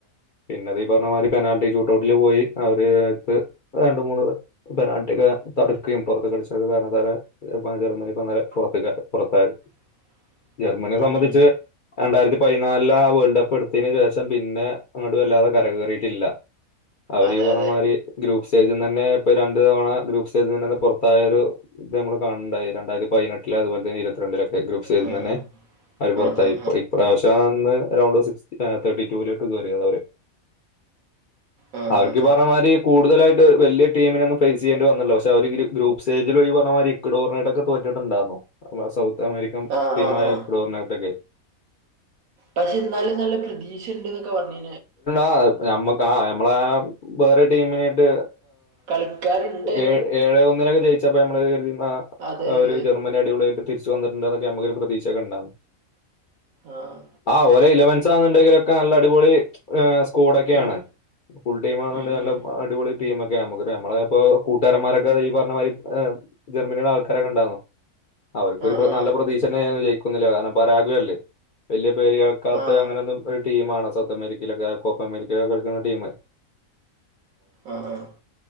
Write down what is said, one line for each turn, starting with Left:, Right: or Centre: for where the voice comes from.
Left: പിന്നെ അത് ഈ പറഞ്ഞ മാതിരി പെനാൽറ്റി ഷൂട്ടഔട്ടിൽ പോയി അവര്ത്ത് രണ്ട മൂന്ന് പെനാൾറ്റി ഒക്കെ. തടുക്കുകയും പുറത്ത് കടിച്ചൊക്കെ കാരണത്താൽ ജർമ്മനി ഇപ്പന്നലെ പുറത്ത പുറത്തായത്.
Right: <inaudible>
Left: ജർമ്മനിയെ
Right: ഉം
Left: സംബന്ധിച്ച് രണ്ടായിരത്തി പതിനാലില ആ വേൾഡ് കപ്പ് എടുത്തിതിന് ശേഷം പിന്നെ അങ്ങ വല്ലാതെ കരകയറീട്ടില്ല അവറ്
Right: അതെ
Left: ഈ പറഞ്ഞമാതിരി
Right: അതെ
Left: ഗ്ര്യൂപ്പ് സ് സ്റ്റേജ്ന്നെന്നെ ഇപ്പഈ രണ്ട് തവണ ഗ്രൂപ്പ് സ്റ്റേജിൽ നിന്ന് തന്നെ പുറത്തായൊരു ഇത് നമ്മൾ കാണുണ്ടായി രണ്ടായിര ത്തിപതിനെട്ട്. അതുപോലെ തന്നെ ഇരുപത്തി രണ്ടിലൊക്കെ ഗ്രൂപ്പ്സ് <unintelligible>
Right: ഉം
Left: അവര് പുറത്തായി
Right: ഉം ആ ആ
Left: പോയി ഇപ്രാവശ്യം അറൗണ്ട് സിക്സ് തേർട്ടി ടൂ വിലോട്ട് കേറിയത് അവര്.
Right: ആ ആ
Left: അവർക്ക്
Right: ആ
Left: ഈ പറഞ്ഞ
Right: ആ
Left: മാതിരി കൂടുതലായിട്ട് വല ടീമിനൊന്നും ഫേസ് ചെയ്യേണ്ടി വന്നില്ല പക്ഷെ അവര് ഗ്രൂപ്പ് സ്റ്റേജിൽ ഒഴി <unintelligible> ഇക്വഡോറിനെട്ടൊക്കെ തോറ്റിട്ടുണ്ടായിുന്നു സൗത്ത് അമേരിക്കൻ
Right: ആഹ്
Left: ടീമായ
Right: ആഹ് ആഹ്
Left: എക്വഡോറിനായിട്ടൊക്കെ.
Right: പക്ഷെ എന്നാലും നല്ല പ്രതീക്ഷ ഇണ്ട് ന്നൊക്കെ പറഞ്ഞീ
Left: ആ ഞമ്മക്കാ ഞമ്മളാ വേറെ ടീമിനായിട്ട്
Right: കളിക്കാരുണ്ടേനും
Left: ഏഴ് എഴെ ഒന്നിനൊക്കെ ജയിച്ചപ്പ നമ്മള് കരുതിന്ന.
Right: അതെ
Left: അവര്
Right: അതെ
Left: ജർമ്മനി അടിപൊളിയായിട്ട് തിരിച്ച വന്നിട്ടുണ്ടൊക്കെ നമുക്കൊരു പ്രതീക്ഷ. <unintelligible>
Right: ആഹ്
Left: ആ ഓലെ ഇലവൻസ്ന്നണ്ടെങ്കിലൊക്കെ നല്ല അടിപൊളി. കോടൊക്കെയാണ്.
Right: ഉം
Left: ഫുൾ ടീം <unintelligible>
Right: ഉം
Left: നല്ലടിപൊളി
Right: ഉം
Left: ടീ മൊക്കെ നമുക്ക് നമ്മളെ ഇപ്പോ കൂട്ടാരന്മാരൊക്കെ പറഞ്ഞ മാതിരി ജർമ്മനിയുടെ ആൾക്കാരൊക്കെ ഇണ്ടാന്നു അവർക്കൊരു
Right: ആഹ് ആഹ്
Left: നല്ല പ്രതീക്ഷ ണ്ടായിരുന്നു ജയി ജയിക്കും ന്നില്ലത് കാരണം പരാഗവല്ലേ വലിയ പേര്യാക്കാത്ത
Right: ആഹ്
Left: അങ്ങനെൊന്നും ഒരു ടീം ആണ് സൗത്ത് അമേരിക്ക. <unintelligible> കോപ്പ അമേരിക്കെ കളിക്കുന്ന ടീമ്.
Right: ആഹ ആഹ